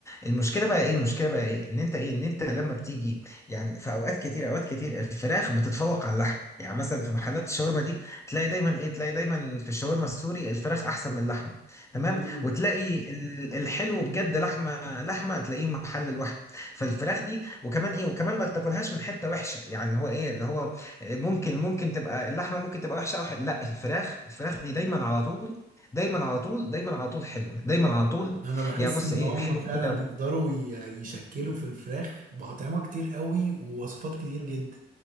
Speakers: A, on the left; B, on the right.
A: المشكله بقى ايه المشكله بقى ايه ان انت ايه ان انت لما بتيجي يعني في اوقات كتير اوقات كتير الفراخ بتتفوق على اللحم يعني مثلا في محلات الشاورما دي تلاقي دايما ايه تلاقي دايما في الشاورما السوري الفراخ احسن من اللحمه تمام
B: مم.
A: وتلاقي ال- الحلو بجد لحمه لحمه تلاقيه محل لوحده فالفراخ دي وكمان ايه وكمان ما تاكلهاش من حته وحشه يعني اللي هو ايه اللي هو ممكن ممكن تبقى اللحمه ممكن تبقى وحشه او حلوة. لا الفراخ الفراخ دي دايما على طول دايما على طول دايما على طول حلوه دايما على طول
B: انا بحس
A: يعني بص
B: ان
A: ايه
B: هم
A: حلوه
B: فعلا
A: كده
B: يقدروا ي- يشكلوا في الفراخ باطعمة كتير قوي ووصفات كتير جدا